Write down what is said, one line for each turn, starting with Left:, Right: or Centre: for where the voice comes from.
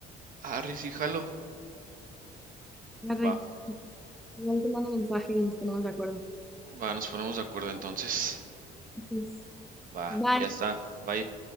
Right: Harry, sí, jalo.
Centre: Arre,
Right: Va,
Centre: igual te mando un mensaje y nos ponemos de acuerdo.
Right: va, nos ponemos de acuerdo entonces.
Centre: Entonces,
Right: Va,
Centre: bye.
Right: ya está. Bye.